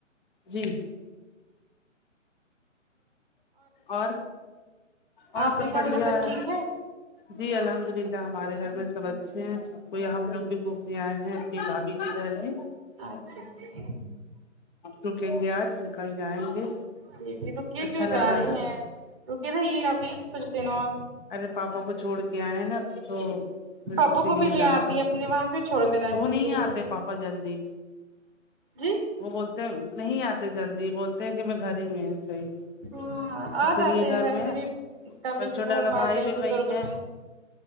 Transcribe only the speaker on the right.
آپ کے
گھر
میں ٹھیک
اچھا اچھا
جی جی رکیے
کیوں
جا
رہی ہیں رکے رہیے ابھی کچھ دن اور
پاپا
کو
بھی لے
آتی
ہے اپنے وہاں پہ چھوڑ کر آئی
ہیں
اکیلے
جی
ہاں
آ جاتے
ہیں ویسے
بھی کم
ہی
گھوم
پاتے ہیں
بزرگ
لوگ